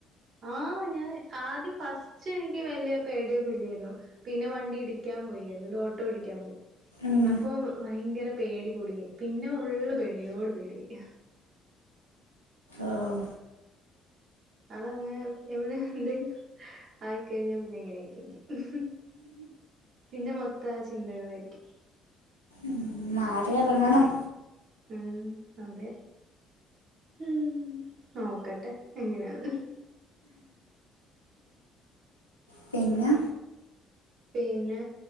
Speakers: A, on the right; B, on the left.
A: ആ ഞാൻ ആദ്യം ഫസ്റ്റ് എനിക്ക് വലിയ പേടിയൊന്നുല്ലേരുന്നു പിന്നെ വണ്ടി ഇടിക്കാൻ പോയാരുന്നു ഒരു ഓ ട്ടോ ഇടിക്കാൻ പോയി
B: ഉം
A: അപ്പൊ ഭയങ്കര പേടി കുടുങ്ങി പിന്നെ ഫുള്ള് പേടിയോട് പേടിയായി
B: ഓഹ്
A: അതങ്ങ് എവിടെ എന്തെങ്കിലും ആയിക്കഴിഞ്ഞാ പിന്നെ എങ്ങനെ ആക്കെങ്കി ഹും പിന്നെ മൊത്തം ആ ചിന്തകളെരിക്കും
B: മ് മാറി എറങ്ങണം
A: ഉം അതെ മ് നോക്കട്ടെ എങ്ങനാന്ന് <inaudible>
B: പിന്നെ
A: പിന്നെ